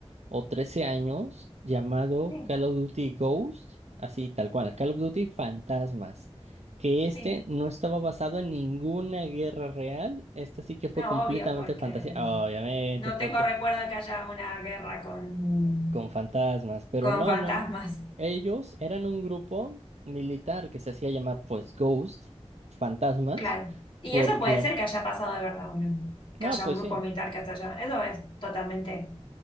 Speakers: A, on the right (about 85°); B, on the left (about 50°).
A: o trece años, llamado
B: Sí,
A: Call of Duty Ghost, así tal cual, Call of Duty Fantasmas, que este
B: sí.
A: no estaba basado en ninguna guerra real, esta sí que fue
B: No,
A: completamente
B: obvio, porque...
A: fantasía, obviamente,
B: No
A: porque
B: tengo recuerdo que haya una guerra con,
A: con fantasmas, pero
B: con
A: no,
B: fantasmas,
A: no, no. Ellos eran un grupo militar que se hacía llamar pues Ghost, fantasmas,
B: claro. Y
A: porque,
B: eso puede ser que haya pasado de verdad, bueno, que
A: ah,
B: haya
A: pues
B: un grupo
A: sí,
B: militar que hasta allá. Eso es totalmente